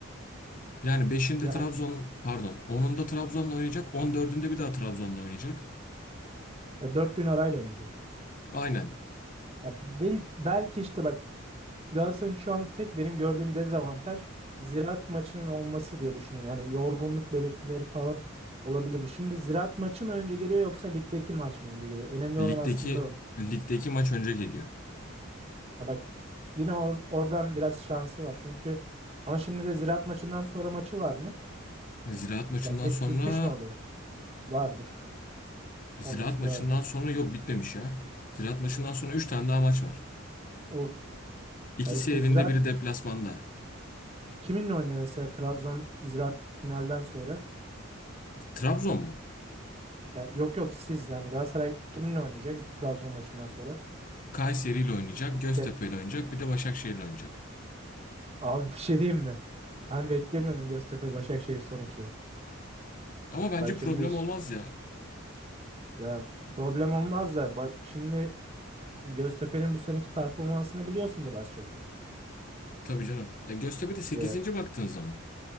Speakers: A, on the left; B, on the right.
A: Yani beşinde
B: Yani
A: Trabzon, pardon onunda Trabzon'la oynayacak. on dördünde bir daha Trabzon'la oynayacak.
B: e, dört gün arayla oynayacak.
A: Aynen.
B: Ya bel- belki işte bak Galatasaray'ın şu an tek benim gördüğüm dezavantaj Ziraat maçının olması diye düşünüyorum. Yani yorgunluk belirtileri falan olabilir mi? Şimdi Ziraat maçı mı önce geliyor yoksa ligdeki maç mı önce geliyor? Önemli olan
A: Ligdeki
B: aslında o.
A: ligdeki maç önce geliyor.
B: Ya bak yine or- oradan biraz şansı var. Çünkü ama şimdi de Ziraat maçından sonra maçı var mı?
A: Ziraat maçından
B: Yani lig
A: sonra
B: bitmiş mi oluyor? Vardır.
A: Ziraat
B: Olması
A: maçından
B: lazım.
A: sonra yok bitmemiş ya. Ziraat maçından sonra 3 tane daha maç var.
B: O
A: İkisi
B: ya işte
A: evinde,
B: Ziraat
A: biri deplasmanda.
B: kiminle oynuyor mesela Trabzon Ziraat finalden sonra?
A: Trabzon mu?
B: Ya yok yok siz yani Galatasaray kiminle oynayacak Trabzon maçından sonra?
A: Kayseri ile oynayacak,
B: Ligde.
A: Göztepe ile oynayacak, bir de Başakşehir ile oynayacak.
B: Abi bir şey diyeyim mi? Ben beklemiyordum Göztepe Başakşehir son ikiyi.
A: Ama bence
B: Bak şimdi
A: problem
B: iş
A: olmaz ya.
B: ya problem olmaz da bak şimdi Göztepe'nin bu seneki performansını biliyorsundur az çok.
A: Tabii canım. Ya Göztepe de sekizinci
B: Ya,
A: baktığın zaman.